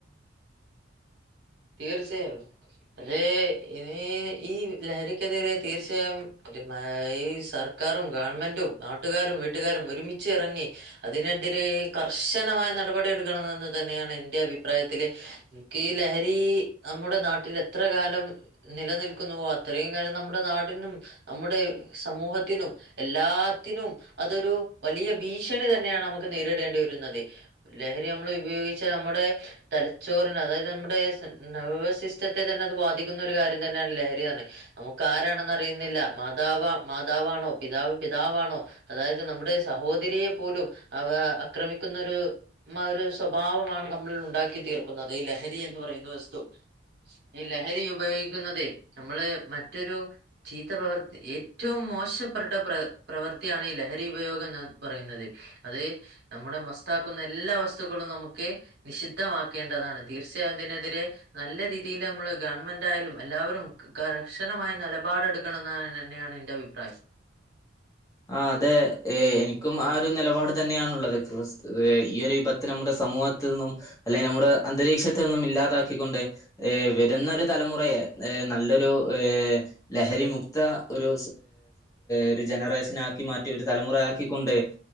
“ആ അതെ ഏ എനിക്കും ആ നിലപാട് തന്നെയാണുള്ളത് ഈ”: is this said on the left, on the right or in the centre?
Left